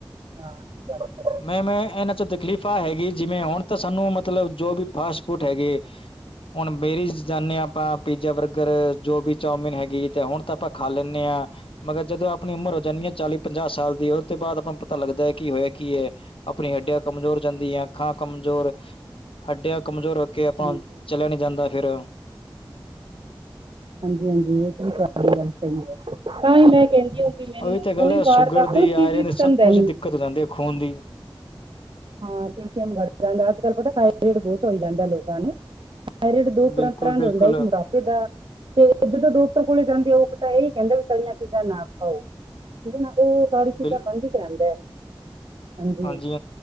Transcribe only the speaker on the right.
ਹਾਂ
ਹਾਂਜੀ ਹਾਂਜੀ
ਹਾਂਜੀ ਹਾਂਜੀ ਇਹ ਤੇ ਗੱਲ ਸਹੀ ਹੈ ਮੈਂ ਕਹਿੰ
ਮੈਨੂੰ
ਕੋਈ
ਬਾਹਰ
ਦਾ ਕੋਈ
ਚੀਜ਼
ਵੀ
ਪਸੰਦ
ਹੈ
ਨੀ
ਹਾਂ ਕੈਲਸੀਅਮ ਘੱਟ ਜਾਂਦਾ ਅੱਜ ਕੱਲ ਪਤਾ ਥਾਈਰਡ ਬਹੁਤ ਹੋਈ ਜਾਂਦਾ ਲੋਕਾਂ ਨੂੰ <unintelligible>
ਦਾ ਤੇ ਜਦੋਂ ਡੋਕਟਰ ਕੋਲੇ ਜਾਂਦੇ ਹੋ ਤਾਂ ਇਹ ਕਹਿੰਦਾ ਵੀ ਤਲਈਆਂ ਚੀਜ਼ਾਂ ਨਾ ਖਾਓ ਠੀਕ ਹੈ ਨਾ ਉਹ ਸਾਰੀ ਚੀਜ਼ਾਂ
ਬੰਦ ਹੀ ਕਰਉਂਦਾ ਹਾਂਜੀ